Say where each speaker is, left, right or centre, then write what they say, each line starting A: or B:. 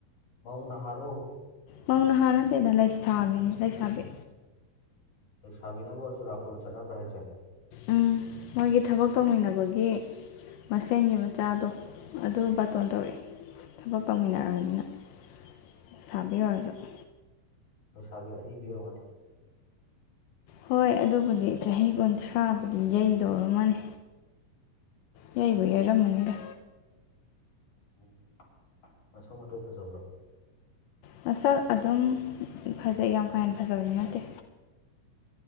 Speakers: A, on the left; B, on the left.
A: ꯃꯧꯅꯍꯥꯔꯣ
B: ꯃꯧ ꯅꯍꯥ ꯅꯠꯇꯦꯗ ꯂꯩꯁꯥꯕꯤꯅꯤ ꯂꯩꯁꯥꯕꯤ
A: ꯂꯩꯁꯕꯤꯅꯕꯨ ꯆꯨꯔꯀꯨꯔꯣꯟ ꯆꯠꯅꯕ꯭ꯔ ꯍꯥꯏꯁꯦ
B: ꯎꯝ ꯃꯣꯏꯒꯤ ꯊꯕꯛ ꯇꯧꯃꯤꯟꯅꯕꯒꯤ ꯃꯁꯦꯟꯒꯤ ꯃꯆꯥꯗꯣ ꯑꯗꯨ ꯕꯇꯣꯟ ꯇꯧꯔꯛꯑꯦ ꯊꯕꯛ ꯇꯧꯃꯤꯟꯅꯔꯕꯅꯤꯅ ꯂꯩꯁꯥꯕꯤ ꯑꯣꯏꯔꯁꯨ
A: ꯂꯩꯁꯥꯕꯤ ꯑꯔꯤꯕꯤ ꯑꯣꯢꯔꯝꯒꯅꯤ
B: ꯍꯣꯏ ꯑꯗꯨꯕꯨꯗꯤ ꯆꯍꯤ ꯀꯨꯟꯊ꯭ꯔꯥꯕꯨꯗꯤ ꯌꯩꯗꯧꯔꯝꯃꯅꯤ ꯌꯥꯏꯕꯨ ꯌꯩꯔꯝꯃꯅꯤꯗ
A: ꯎꯝ ꯃꯁꯛ ꯃꯇꯧ ꯐꯖꯕ꯭ꯔꯣ
B: ꯃꯁꯛ ꯑꯗꯨꯝ ꯐꯖꯩ ꯌꯥꯝ ꯀꯥ ꯍꯦꯟꯅ ꯐꯖꯕꯗꯤ ꯅꯠꯇꯦ